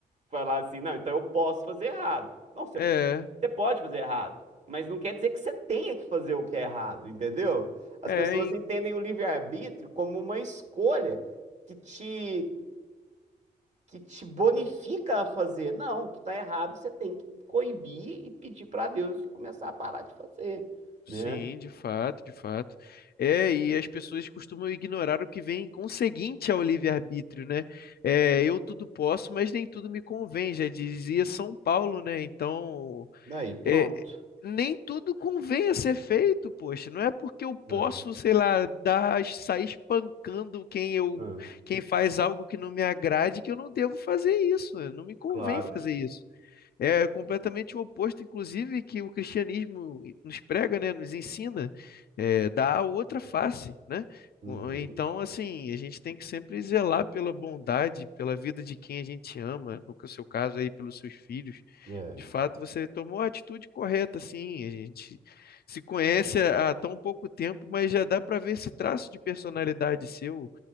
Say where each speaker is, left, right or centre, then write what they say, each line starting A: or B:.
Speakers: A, on the right; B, on the left.
A: falar assim, não, então eu posso fazer errado. Não, você
B: É,
A: você pode fazer errado, mas não quer dizer que você tenha que fazer o que é errado, entendeu? As
B: é,
A: pessoas
B: em-
A: entendem o livre-arbítrio como uma escolha que te, que te bonifica a fazer. Não, o que está errado você tem que coibir e pedir para Deus e começar a parar de fazer,
B: sim,
A: né?
B: de fato, de fato. É, e as pessoas costumam ignorar o que vem conseguinte ao livre-arbítrio, né? É, eu tudo posso, mas nem tudo me convém, já dizia São Paulo, né? Então,
A: Daí pronto.
B: é, nem tudo convém a ser feito, poxa. Não é porque eu
A: É,
B: posso, sei lá, dar, sair espancando quem eu,
A: é,
B: quem faz algo que não me agrade que eu não devo fazer isso. Não me convém
A: claro.
B: fazer isso. É completamente o oposto, inclusive, que o cristianismo nos prega, né? Nos ensina, é, dá a outra face, né?
A: Uhum.
B: O- Então, assim, a gente tem que sempre zelar pela bondade, pela vida de quem a gente ama, no que- seu caso aí, pelos seus filhos.
A: É,
B: De fato, você tomou a atitude correta, sim. A gente se conhece há há tão pouco tempo, mas já dá para ver esse traço de personalidade seu,